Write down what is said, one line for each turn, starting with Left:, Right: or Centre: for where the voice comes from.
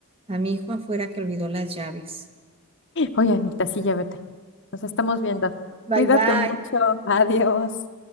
Right: a mi hijo afuera que olvidó las llaves.
Left: Oye, Anita, sí, ya vete. Nos estamos viendo.
Right: Bye
Left: Cuídate
Right: bye.
Left: mucho. Adiós.